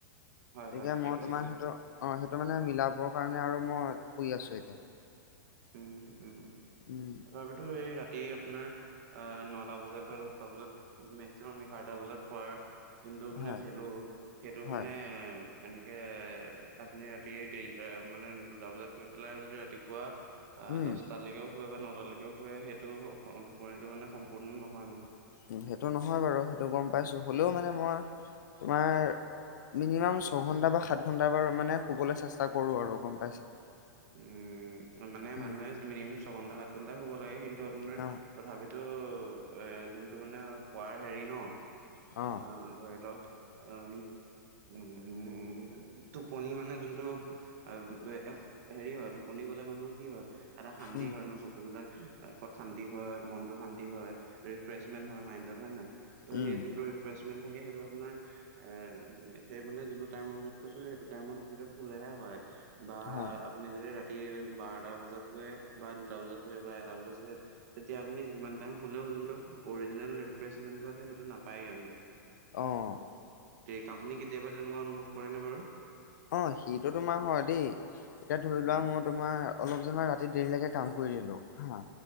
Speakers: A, on the right; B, on the left.
A: হয়,
B: গতিকে
A: হয়, ঠিকে
B: মই
A: কৈছে
B: তোমাৰ
A: বাৰু।
B: সেইটো, অ সেইটো মানে মিলাবৰ কাৰণে আৰু মই শুই আছো এতিয়া।
A: উম উম,
B: উম
A: তথাপিতো এই ৰা তি আপোনাৰ আহ নটা বজাত বা দহটা বজাত মেক্সিমাম এঘাৰটা বজাত শুৱাৰ যোনটো মানে
B: হয়
A: ভেলু সেইটো
B: হয়
A: মানে এনেকে আপুনি ৰাতি দেৰি মানে দুটা বজাত কৰি পেলাইও যদি ৰাতিপুৱা আহ,
B: উম
A: দছটালৈকেও শুৱে বা নটালৈকেও শুৱে সেইটো টোপনিটো মানে সম্পূৰ্ণ নহয় মানে।
B: উম, সেইটো নহয় বাৰু সেইটো গ'ম পাইছোঁ, হ'লেও মানে মই তোমাৰ মিনিমাম ছঘন্টা বা সাত ঘণ্টা বাৰ মানে শুবলৈ চেষ্টা কৰো আৰু গ'ম পাইছা?
A: উম, মানে
B: উম
A: মানুহে মিনিমাম ছয়ঘন্টা, সাত ঘণ্টাই শুব লাগে, কিন্তু আপোনাৰ
B: অ
A: তথাপিতো এ যোনটো মানে শুৱাৰ হেৰি ন'।
B: অ
A: আহ, ধৰি লওক আহ উম, টোপনি মানে যোনটো আহ, এশ হেৰি হয় টোপনি গ'লে মানুহৰ কি হয়, এটা শান্তি
B: উম
A: হয় ন' চকুবিলাক ত শান্তি হয়, মনটো শান্তি হয়, ৰিফ্ৰেচমেন্ট হয় মাইণ্ডত হয় নে নহয়? ত'
B: উম
A: সেই যোনটো ৰিফ্ৰেছমেণ্ট থাকে সেইটো আপোনাৰ এহ, সেই মানে যোনটো টাইমৰ ভিতৰত কৈছো সেইটো টাইমৰ ভিতৰত শুলেহে হয়। বা
B: হয়
A: আপুনি যদি ৰাতি বাৰটা বজাত শুৱে বা দুটা বজাত শুৱে বা এটা বজাত শুৱে। তেতিয়া আপুনি যিমান টাইম শুলেও যোনটো অৰিজিনেল ৰিফ্ৰেছমেণ্টটো আছে, সেইটো নাপায়গে মানে।
B: অ',
A: তে আপুনি কেতিয়াবা তেনেকুৱা অনুভৱ কৰে নে বাৰু?
B: অ', সেইটো তোমাৰ হয় দেই, এতিয়া ধৰি
A: হয়,
B: লোৱা মই তোমাৰ অলপ যে মই ৰাতি দেৰিলৈকে কাম কৰি দিলোঁ হা,